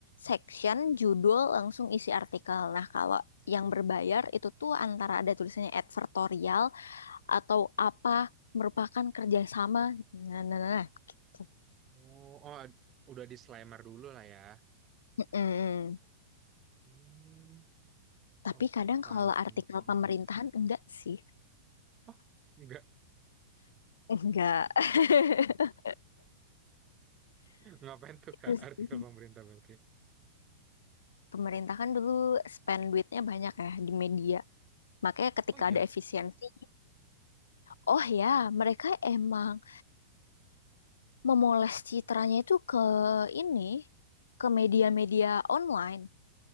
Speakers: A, on the left (about 80°); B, on the right (about 30°).
A: section, judul, langsung isi artikel. Nah, kalau
B: mm-mm.
A: yang berbayar itu tuh antara ada tulisannya advertorial atau apa merupakan kerjasama. Nah, nah, nah, nah, gitu.
B: Oh, oh, ad- udah disclaimer dulu lah ya.
A: Mm-mm.
B: Hmm,
A: Tapi
B: oh,
A: kadang
B: paham.
A: kalau
B: paham.
A: artikel
B: Mm.
A: pemerintahan enggak sih.
B: Oh, enggak.
A: Enggak. <laughs>
B: <laughs> Ngapain tuh
A: Itu
B: Kak
A: sih.
B: artikel pemerintah Belgia?
A: Pemerintah kan dulu spend duitnya banyak ya di media. Makanya ketika
B: Oh iya.
A: ada efisiensi, Oh ya, mereka emang memoles citranya itu ke ini, ke media-media online.